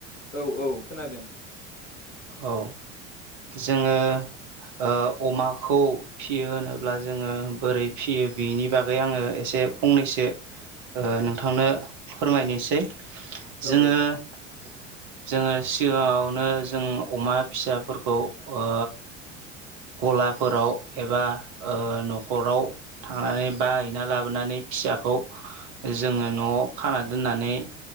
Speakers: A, on the left (about 80°); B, on the right (about 50°).
A: औ - औ खोनादों।
B: औ जोङो ओ अमाखौ फियो होनोब्ला जोङो बोरै फियो बेनि बागै आङो एसे फंनैसो ओ नोंथांनो फोरमायनोसै।
A: औ
B: जोङो
A: औ
B: - जोङो सिगाङावनो जों अमा फिसाफोरखौ ओ गलाफोराव एबा ओ न'खराव थांनानै बायहैना लाबोनानै फिसाखौ जोङो न'आव खाना दोननानै